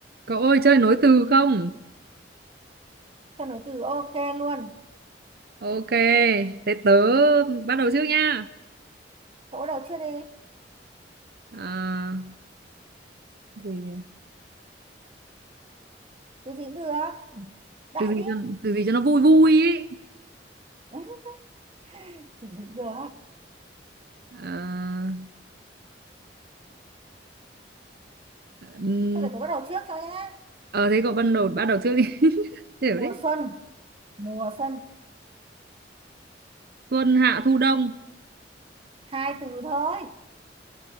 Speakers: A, on the right; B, on the right.
A: Cậu ơi chơi nối từ không?
B: Tao nói từ ok luôn.
A: Ok, thế tớ bắt đầu trước nha.
B: Cậu bắt đầu chưa đi?
A: À, gì nhỉ?
B: Từ gì cũng được. Ừ, Đại
A: Từ gì
B: đi.
A: cho từ gì cho nó vui vui ấy.
B: <laughs> Từ gì cũng được.
A: À, ừm,
B: Thôi để tôi bắt đầu trước cho nhé.
A: ờ, thế cậu bắt đầu bắt đầu trước đi. <laughs> Hiểu
B: Mùa
A: đấy.
B: xuân. Mùa xuân.
A: Xuân hạ thu đông.
B: Hai từ thôi.